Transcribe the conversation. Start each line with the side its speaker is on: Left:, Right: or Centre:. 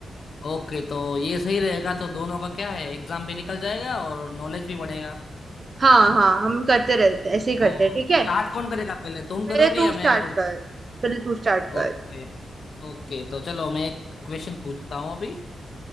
Left: ओके तो ये सही रहेगा तो दोनों का क्या है एग्जाम भी निकल जाएगा और नॉलेज भी बढ़ेगा
Right: हाँ हाँ हम करते रहते हैं ऐसे ही करते
Left: तो
Right: हैं ठीक है
Left: स्टार्ट कौन करेगा पहले तुम
Right: पहले
Left: करोगे
Right: तू
Left: या
Right: स्टार्ट
Left: मैं करूँ
Right: कर पहले तू स्टार्ट कर
Left: ओके ओके तो चलो मैं एक क्वेश्चन पूछता हूँ अभी